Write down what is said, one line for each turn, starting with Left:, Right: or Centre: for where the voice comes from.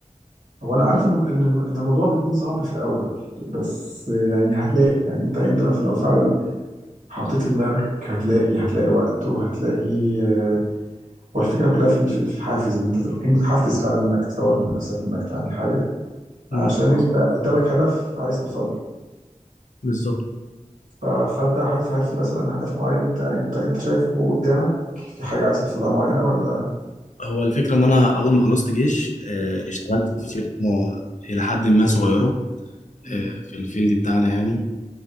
Right: هو انا عارف ان ان إن الموضوع بيكون صعب في الاول بس يعني هتلاقي يعني انت انت لو فعلا حطيت في دماغك هتلاقي هتلاقي وقت وهتلاقي آه، هو الفكره كلها في ال- في ال- في الحافز ان انت تبقى تكون متحفز فعلا انك تطور من نفسك وانك تعمل حاجه عشان
Left: امم
Right: انت قدامك هدف عايز توصل له
Left: بالظبط
Right: ف- فانت هل هل في مثلا هدف معين انت انت انت شايفه قدامك في حاجه عايز توصل لها معينه ولا
Left: هو الفكره ان انا اول ما خلصت جيش آه، اشتغلت في شركه الى حد ما صغيره
Right: مم.
Left: آه، في الفيلد بتاعنا يعني